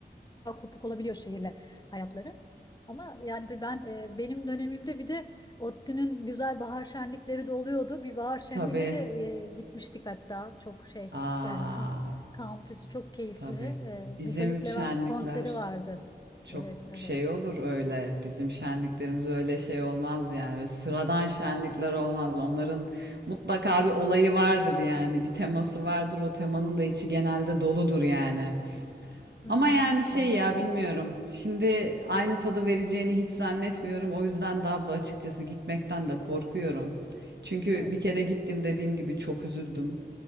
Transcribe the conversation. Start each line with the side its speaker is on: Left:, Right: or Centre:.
Left: kopuk olabiliyor şehirle hayatları. Ama yani bir ben e, benim dönemimde bir de ODTÜ'nün güzel bahar şenlikleri de oluyordu. Bir bahar şenliğine
Right: tabii.
Left: de e, gitmiştik hatta. Çok şey
Right: Aa,
Left: yani ka- kampüsü çok keyifli.
Right: tabii.
Left: E,
Right: Bizim
Left: bir Haluk
Right: şenlikler
Left: Levent konseri vardı.
Right: çok
Left: Evet, evet.
Right: şey olur öyle. Bizim şenliklerimiz öyle şey olmaz yani. Böyle sıradan şenlikler olmaz. Onların mutlaka bir olayı vardır yani. Bir teması vardır. O temanın da içi genelde doludur yani.
Left: Hı
Right: Ama
Left: hı,
Right: yani şey
Left: hı.
Right: ya bilmiyorum. Şimdi aynı tadı vereceğini hiç zannetmiyorum. O yüzden de abla açıkçası gitmekten de korkuyorum. Çünkü
Left: Evet.
Right: bir kere gittim dediğim gibi çok üzüldüm.